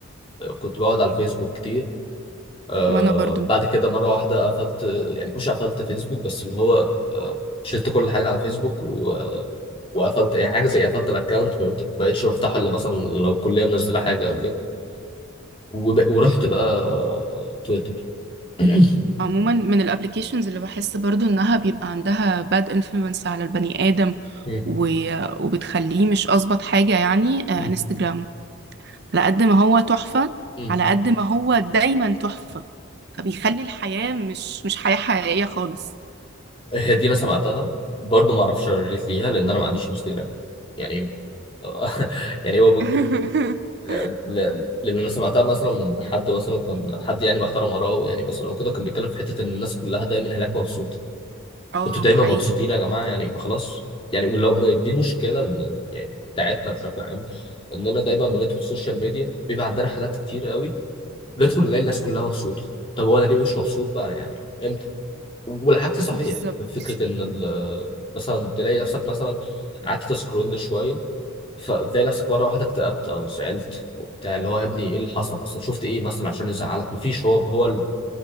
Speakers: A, on the left; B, on the right.
A: آه، كنت بقعد على فيسبوك كتير آه
B: وانا برضو
A: بعد كده مره واحده قفلت يعني مش قفلت فيسبوك بس اللي هو آه شلت كل حاجه على فيسبوك و... وقفلت يعني حاجه زي قفلت الاكونت ما بقتش بفتحه الا مثلا لو الكليه منزله حاجه او كده وب... ورحت بقى آه، تويتر <clears throat>
B: عموما من الابليكيشنز اللي بحس برضو انها بيبقى عندها باد انفلونس على البني ادم
A: مم.
B: و... وبتخليه مش اظبط حاجة يعني آه،
A: مم.
B: انستجرام على قد ما هو تحفة
A: مم.
B: على قد ما هو دايما تحفة فبيخلي الحياة مش مش حياة حقيقية خالص
A: هي دي انا سمعتها برضه ما اعرفش ريليت ليها لان انا ما عنديش انستجرام يعني <laughs> يعني هو
B: <laughs>
A: لأن لأن لأن أنا سمعتها مثلا من حد مثلا كان حد يعني محترم وراه يعني مثلا وكده كان بيتكلم في حتة إن الناس كلها دايما هناك مبسوطة
B: اه
A: أنتوا دايما
B: ده حقيقي
A: مبسوطين يا جماعة يعني خلاص يعني ولو دي المشكلة إن يعني بتاعتنا بشكل عام إننا دايما بندخل السوشيال ميديا بيبقى عندنا حالات كتير قوي ندخل نلاقي الناس كلها مبسوطة طب وأنا ليه مش مبسوط بقى يعني إمتى؟ والعكس صحيح
B: بالظبط
A: فكرة إن ال- مثلا تلاقي نفسك مثلا قعدت تسكرول شوية فبتلاقي نفسك مره واحده اكتئبت او زعلت او بتاع اللي هو يا ابني ايه اللي حصل اصلا شفت ايه مثلا عشان يزعلك مفيش هو هو